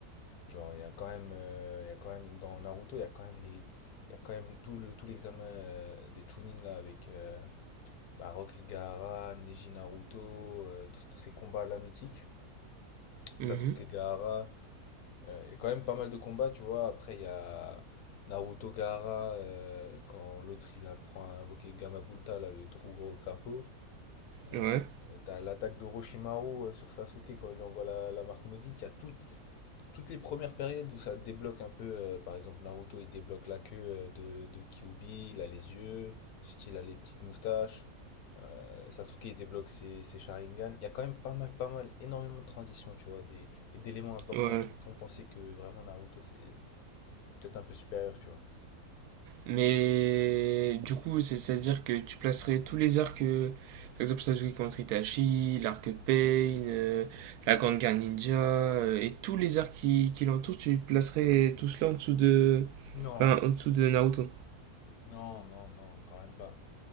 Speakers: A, on the left; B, on the right.
A: Genre, il y a quand même, euh, il y a quand même, dans Naruto, il y a quand même les, il y a quand même tout le, tout l'examen euh, des Chunin là avec euh, bah, Rock Lee Gaara, Neji Naruto, euh, tous tous ces combats là mythiques,
B: Mhm.
A: Sasuke Gaara, euh, il y a quand même pas mal de combats, tu vois. Après, il y a Naruto Gaara, euh, quand l'autre il apprend à invoquer Gamabunta, là, le Drugro Capo. Euh,
B: Ouais,
A: t'as l'attaque d'Orochimaru euh, sur Sasuke quand il lui envoie la, la marque maudite, il y a tout, toutes les premières périodes où ça débloque un peu, euh, par exemple Naruto, il débloque la queue euh, de, de Kyuubi, il a les yeux, ensuite il a les petites moustaches, euh, Sasuke il débloque ses, ses Sharingan. Il y a quand même pas mal, pas mal, énormément de transitions, tu vois, des, et d'éléments importants
B: ouais.
A: qui me font penser que vraiment Naruto c'est peut-être un peu supérieur, tu vois.
B: Mais du coup, c'est- c'est-à-dire que tu placerais tous les arcs, euh, par exemple Sasuke contre Itachi, l'arc Pain, euh, la Grande Guerre Ninja, euh, et tous les arcs qui, qui l'entourent, tu placerais tout cela en dessous de,
A: Non,
B: enfin, en dessous de Naruto.
A: non, non, non, quand même pas.